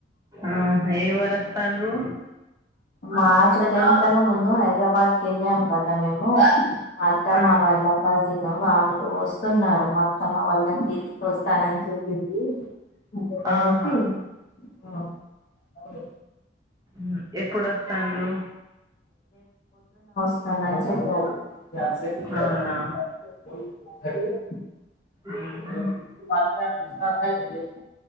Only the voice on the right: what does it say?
ఆహా ఎవరూ వస్తండ్రూ
ఆ
ఆహా
ఉ ఎప్పుడు వస్తండ్రు
అవునా
ఊహు